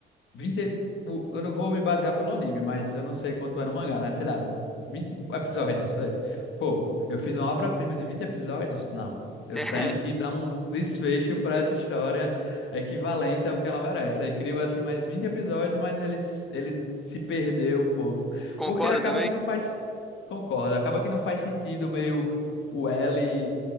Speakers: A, on the left; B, in the centre.
A: 20 o- eu não vou me basear pelo anime, mas eu não sei quanto é no mangá, né? Sei lá, vinte episódios, sabe? Pô, eu fiz uma obra-prima de 20 episódios? Não. Eu
B: <laughs> É,
A: tenho que dar um desfecho para essa história equivalente ao que ela merece. Aí criou assim mais 20 episódios, mas ele, s- ele se perdeu um pouco.
B: concorda
A: Porque acaba
B: também?
A: que não faz. Concordo, acaba que não faz sentido meio o L